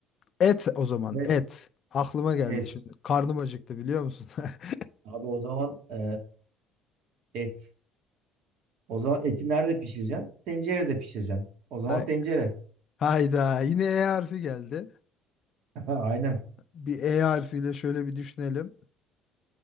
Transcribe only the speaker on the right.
5.
Et.
Abi o zaman e, et. O zaman eti nerede pişireceksin? Tencerede pişireceksin. O zaman
tencere.
<laughs> Aynen.